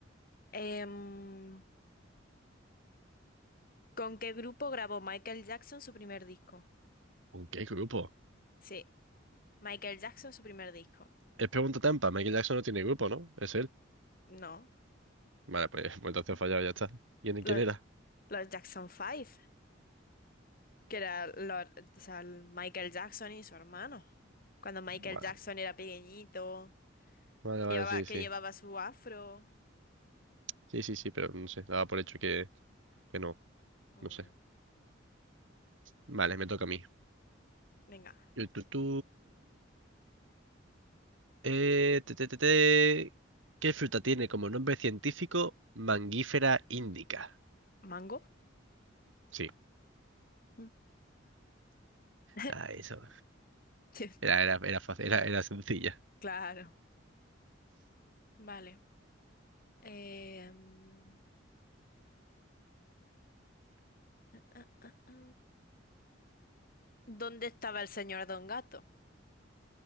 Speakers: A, on the left; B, on the right.
A: Em, ¿con qué grupo grabó Michael Jackson su primer disco?
B: ¿Con qué grupo?
A: Sí, Michael Jackson su primer disco.
B: Es pregunta trampa. Michael Jackson no tiene grupo, ¿no? Es él.
A: No.
B: Vale, pues, <laughs> pues entonces he fallado, ya está. ¿Quién,
A: Los,
B: quién era?
A: los Jackson Five, que era Lord- o sea, el Michael Jackson y su hermano. Cuando Michael
B: Vale,
A: Jackson era pequeñito,
B: vale,
A: que
B: vale,
A: llevaba,
B: sí,
A: que
B: sí.
A: llevaba su afro.
B: Sí, sí, sí, pero no sé. Daba por hecho que, que no.
A: Mm,
B: No sé. Vale, me toca a mí.
A: venga,
B: Tu, tu, tu. Eh, te, te, te, te. ¿Qué fruta tiene como nombre científico Mangífera indica?
A: ¿mango?
B: Sí.
A: Mm. <laughs>
B: Ah, eso.
A: Sí,
B: Era, era, era fácil, era, era sencilla.
A: Claro, vale. Eh, mm, ah, ah, ah, ah. ¿Dónde estaba el señor Don Gato?